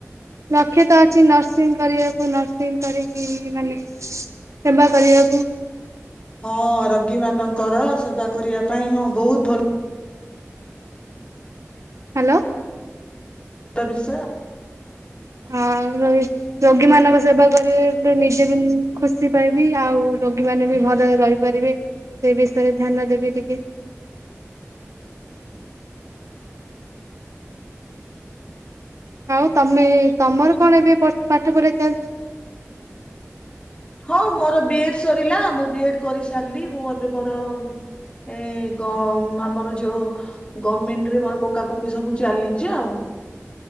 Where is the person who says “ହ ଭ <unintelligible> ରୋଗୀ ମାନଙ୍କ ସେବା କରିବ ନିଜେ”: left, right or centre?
Right